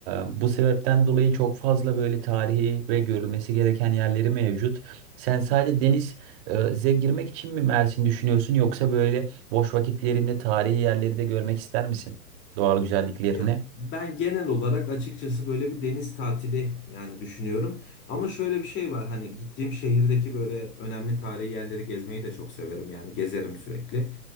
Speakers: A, on the right; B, on the left.
A: bu sebepten dolayı çok fazla böyle tarihi ve görülmesi gereken yerleri mevcut. Sen sadece deniz e, girmek için mi Mersin düşünüyorsun yoksa böyle boş vakitlerinde tarihi yerleri de görmek ister misin? Doğal güzelliklerini.
B: Ya ben genel olarak açıkçası böyle bir deniz tatili yani düşünüyorum. Ama şöyle bir şey var hani gittiğim şehirdeki böyle önemli tarihi yerleri gezmeyi de çok severim. Yani gezerim sürekli.